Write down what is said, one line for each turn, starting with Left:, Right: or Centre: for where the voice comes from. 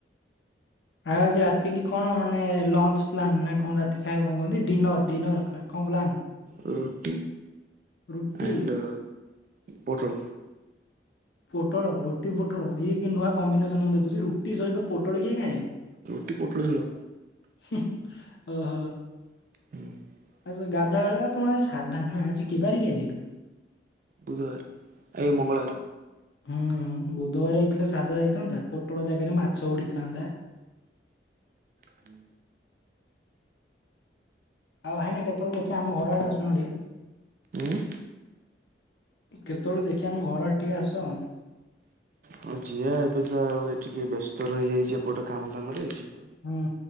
Left: ଆଉ ଆଜି ରାତି କିି କଣ ମାନେ ଲଞ୍ଚ ପ୍ଲାନ୍, ନା କଣ ରାତି ଖାଇବା କଣ କହନ୍ତି ଡିନର୍ ଡିନର୍ କଣ ପ୍ଲାନ୍?
Right: ରୁଟି
Left: ରୁଟି
Right: ଆଣ୍ଡ ପୋଟଳ
Left: ପୋଟଳ ରୁଟି ପୋଟଳ ଇଏ କି ନୂଆ କମ୍ବିନେସନ ମୁଁ ଦେଖୁଚି ରୁଟି ସହିତ ପୋଟଳ କିଏ ଖାଏ?
Right: ରୁଟି, ପୋଟଳ ଝୋଳ।
Left: ହୁଁ ଓହୋ।
Right: <unintelligible>
Left: ଆଛା ଗାଧୁଆବୋଳିଆ ତମ ଆଜି ସାଧା ନା! ଆଜି କିବାରେ କି ଆଜି?
Right: ବୁଧବାର ଆଏ ମଙ୍ଗଳବାର
Left: ହୁଁ ବୁଧବାର ହେଇଥିଲେ ସାଧା ହେଇଥାନ୍ତା ପୋଟଳ ଜାଗାରେ ମାଛ ଉଡିଥାନ୍ତା।
Right: ହୁଁ।
Left: ଆଉ ଭାଇନା କେତେବେଳେ ଦେଖିଆ ଆମ ଘରଆଡେ ଆସୁନ ଟିକେ।
Right: ଉଁ
Left: କେତେବେଳେ ଦେଖିଆ ଆମ ଘରଆଡେ ଟିକେଆସ।
Right: ହଁ ଯିିବା ଏବେତ ଆଉ ଏ ଟିକେ ବ୍ୟସ୍ତ ରହିଯାଇଚି ଏପଟ କାମ ଦାମରେ ଯିବା
Left: ହୁଁ